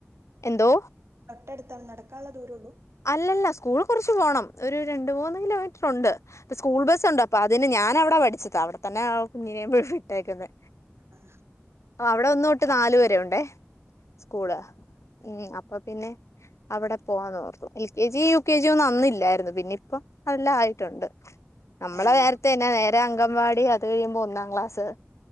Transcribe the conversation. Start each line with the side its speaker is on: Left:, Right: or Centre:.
Left: എന്തോ?
Right: തൊട്ടടുത്താ നടക്കാൻള്ള ദൂരൊള്ളൂ?
Left: അല്ലല്ല സ്കൂള് കുറച്ച് പോണം ഒരു രണ്ട് മൂന്ന് കിലോമീറ്റർ ഉണ്ട്. പ്പൊ സ്കൂൾ ബസ് ഉണ്ട് അപ്പൊ അതിന് ഞാൻ നവിടാ പഠിച്ചത്. അവിടത്തന്നെ കുഞ്ഞിനെയും വിട്ടേക്കുന്നെ.
Right: ആഹ്
Left: അവിടെ ഒന്ന് തൊട്ട് നാലുവരെ ഉണ്ടേ സ്കൂള്. ഉം അപ്പൊ പിന്നെ- അവടെ പോവാന്നോർത്തു L K G U K G യൊന്നും അന്നില്ലാരുന്നു പിന്നെ ഇപ്പ അതെല്ലാം ആയിട്ടൊണ്ട് നമ്മളെ
Right: ഏഹ്
Left: നേരത്തെന്നെ നേരെ അങ്കവാടി അത് കഴിയുമ്പോ ഒന്നാം ക്ലാസ്